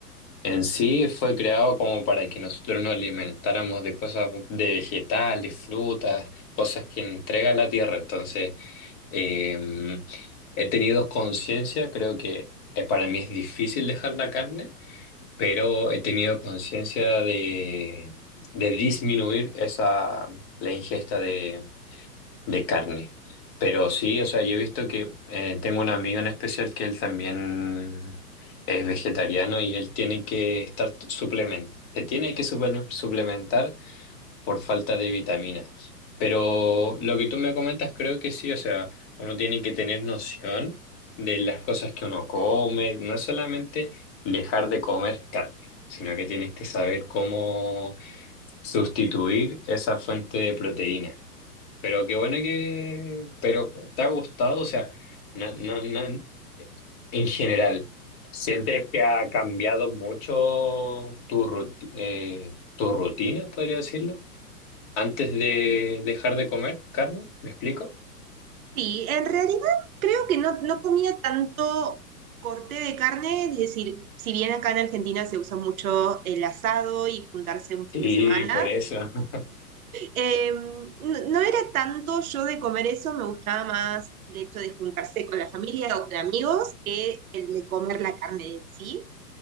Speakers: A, on the left; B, on the right.
A: en sí fue creado como para que nosotros nos alimentáramos de cosas, de vegetales, frutas, cosas que entrega la tierra. Entonces, eh, he tenido conciencia, creo que eh, para mí es difícil dejar la carne pero he tenido conciencia de, de disminuir esa, la ingesta de, de carne. Pero sí, o sea, yo he visto que eh, tengo un amigo en especial que él también es vegetariano y él tiene que estar suplementando. Se tiene que suple- suplementar por falta de vitaminas. Pero lo que tú me comentas creo que sí, o sea, uno tiene que tener noción de las cosas que uno come, no es solamente dejar de comer carne, sino que tienes que saber cómo sustituir esa fuente de proteína. Pero qué bueno que, pero ¿te ha gustado? O sea, no, no, no, en general, ¿sientes que ha cambiado mucho tu ruti- eh, tu rutina, podría decirlo? antes de dejar de comer carne, ¿me explico?
B: Sí, en realidad creo que no, no comía tanto corte de carne, es decir, si bien acá en Argentina se usa mucho el asado y juntarse un fin
A: Sí,
B: de semana,
A: por eso. <laughs>
B: eh, no, no era tanto yo de comer eso, me gustaba más el hecho de juntarse con la familia o con amigos que el de comer la carne en sí.